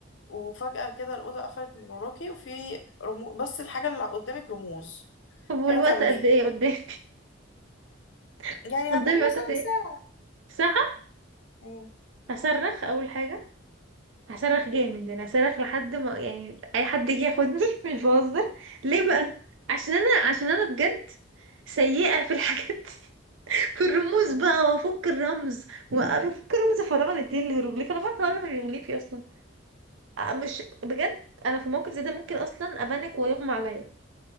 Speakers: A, on the left; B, on the right.
A: وفجاه كده الاوضه قفلت من وراكي وفي رمو... بس الحاجه اللي قدامك رموز
B: طب والوقت
A: ايه هتعمليها
B: قد ايه قدامي <laughs>
A: يعني
B: قدامي
A: هنقول
B: وقت
A: مثلا
B: قد ايه
A: ساعه
B: ساعه
A: مم.
B: اصرخ اول حاجه هصرخ جامد انا هصرخ لحد ما يعني اي حد يجي ياخدني <laughs> مش بهزر ليه بقى عشان انا عشان انا بجد سيئة في الحاجات دي <laughs> والرموز
A: مم.
B: بقى وافك الرمز وافك رمز فراعنة دي الهيروغليف انا فاهمة اعرف الهيروغليفي اصلا أ- مش بجد انا في موقف زي ده ممكن اصلا ابانك ويغمى عليا